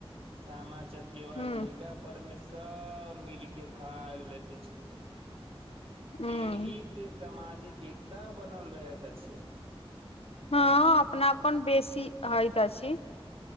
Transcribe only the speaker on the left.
हूँ
हूँ
हँ अपनापन बेसी होयत अछि